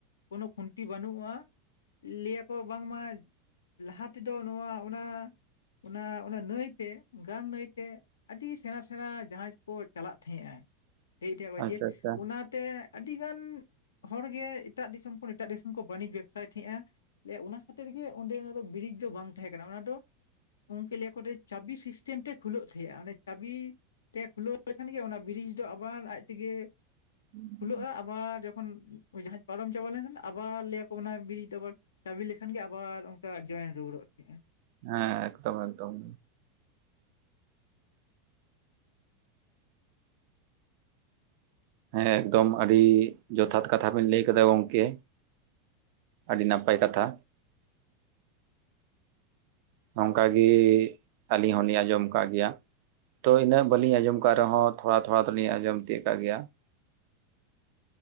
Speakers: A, on the left; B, on the right.
A: ᱠᱳᱱᱳ ᱠᱷᱩᱱᱴᱤ ᱵᱟᱹᱱᱩᱜᱼᱟ ᱞᱟᱹᱭᱟᱠᱚ ᱵᱟᱝᱢᱟ ᱞᱟᱦᱟ ᱛᱮᱫᱚ ᱱᱚᱣᱟ ᱚᱱᱟ ᱚᱱᱟ ᱚᱱᱟ ᱱᱟᱹᱭᱛᱮ ᱜᱟᱝ ᱱᱟᱹᱭᱛᱮ ᱟᱹᱰᱤ ᱥᱮᱬᱟ ᱥᱮᱬᱟ ᱡᱟᱦᱟᱡᱽ ᱠᱚ ᱪᱟᱞᱟᱜ ᱛᱟᱦᱮᱸᱱᱼᱟ ᱞᱮᱭ ᱛᱟᱦᱮᱸ ᱠᱚ
B: ᱟᱪᱪᱷᱟ
A: ᱡᱮ
B: ᱟᱪᱪᱷᱟ
A: ᱚᱱᱟᱛᱮ ᱟᱹᱰᱤᱜᱟᱱ ᱦᱚᱲᱜᱮ ᱮᱴᱟᱜ ᱫᱤᱥᱚᱢ ᱠᱷᱚᱱ ᱮᱴᱟᱜ ᱫᱤᱥᱚᱢ ᱠᱚ ᱵᱟᱹᱱᱤᱡᱽ ᱵᱮᱵᱽᱥᱟᱭᱮᱫ ᱛᱟᱦᱮᱸᱫᱼᱟ᱾ ᱮ ᱚᱱᱟ ᱠᱷᱟᱹᱛᱤᱨ ᱜᱮ ᱚᱸᱰᱮ ᱚᱱᱟ ᱫᱚ ᱵᱤᱨᱤᱡ ᱫᱚ ᱵᱟᱝ ᱛᱟᱦᱮᱸ ᱠᱟᱱᱟ ᱚᱱᱟ ᱫᱚ ᱜᱚᱝᱠᱮ ᱞᱟᱹᱭᱟ ᱟᱠᱚ ᱡᱮ ᱪᱟᱹᱵᱤ ᱥᱤᱥᱴᱮᱢ ᱛᱮ ᱠᱷᱩᱞᱟᱹᱜ ᱛᱟᱦᱮᱸᱜᱼᱟ ᱚᱱᱮ ᱪᱟᱹᱵᱤ ᱛᱮ ᱠᱷᱩᱞᱟᱹᱣ ᱞᱮᱠᱷᱟᱱ ᱜᱮ ᱚᱱᱟ ᱵᱨᱤᱡᱽ ᱫᱚ ᱟᱵᱟᱨ ᱟᱡ ᱛᱮᱜᱮ
B: ᱦᱩᱸ
A: ᱠᱷᱩᱞᱟᱹᱜᱼᱟ
B: <unintelligible>
A: ᱟᱵᱟᱨ ᱡᱚᱠᱷᱚᱱ ᱡᱟᱦᱟᱡᱽ ᱯᱟᱨᱚᱢ ᱪᱟᱵᱟ ᱞᱮᱱ ᱟᱵᱟᱨ ᱞᱟᱹᱭ ᱟᱠᱚ ᱚᱱᱟ ᱵᱨᱤᱡ ᱟᱵᱟᱨ ᱪᱟᱹᱵᱤ ᱞᱮᱠᱷᱟᱱ ᱜᱮ ᱟᱵᱟᱨ ᱚᱱᱠᱟ ᱡᱚᱭᱮᱱ ᱨᱩᱣᱟᱹᱲᱚᱜ ᱛᱟᱦᱮᱸᱜᱼᱟ
B: ᱦᱮᱸ ᱮᱠᱫᱚᱢ ᱮᱠᱫᱚᱢ ᱦᱮᱸ ᱮᱠᱫᱚᱢ ᱟᱹᱰᱤ ᱡᱚᱛᱷᱟᱛ ᱠᱟᱛᱷᱟ ᱵᱮᱱ ᱞᱟᱹᱭ ᱟᱠᱟᱫᱟ ᱜᱚᱝᱠᱮ ᱟᱹᱰᱤ ᱱᱟᱯᱟᱭ ᱠᱟᱛᱷᱟ ᱱᱚᱝᱠᱟ ᱜᱮ ᱟᱹᱞᱤᱧ ᱦᱚᱸ ᱞᱤᱧ ᱟᱸᱡᱚᱢ ᱠᱟᱜ ᱜᱮᱭᱟ ᱛᱚ ᱤᱱᱟᱹᱜ ᱵᱟᱹᱞᱤᱧ ᱟᱸᱡᱚᱢ ᱟᱠᱟᱫ ᱨᱮᱦᱚᱸ ᱛᱷᱚᱲᱟ ᱛᱷᱚᱲᱟ ᱫᱚᱞᱤᱧ ᱟᱸᱡᱚᱢ ᱛᱤᱭᱟᱹᱜ ᱟᱠᱟᱜ ᱜᱮᱭᱟ